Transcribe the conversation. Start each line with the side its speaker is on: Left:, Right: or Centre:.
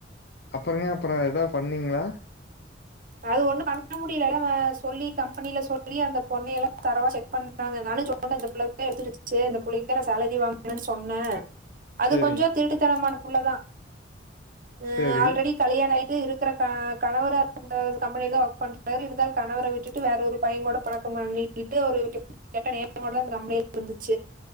Left: அப்பறங்க அப்பறம் ஏதாவது பண்ணீங்களா
Right: அது ஒண்ணும் பண்ண முடியல ந சொல்லி கம்பெனில சொல்லி அந்த பொண்ணைய எல்லாம் தரவா செக் பண்ணாங்கனாலும் சொன்னேன் இந்த பிள்ளைதான் எடுத்துடுச்சு இந்த பிள்ளைக்குானான் சேலரி வாங்கணன்னு சொன்னேன் அது
Left: சரி
Right: கொஞ்சம் திருட்டுத்தனமான அவ்ளோ தான் அஹ
Left: சரி
Right: ஆல்ரடி கல்யாண ஆயி இருக்கிற கணவர அந்த கம்பெனில ஒர்க் பண்றாரு இருந்தால் கணவரை வீட்டு வேற ஒரு பையன் கூட பழக்க மாகி ட்டு ஒரு கெட்ட நேரம்ட நம்பளே இருந்துச்சு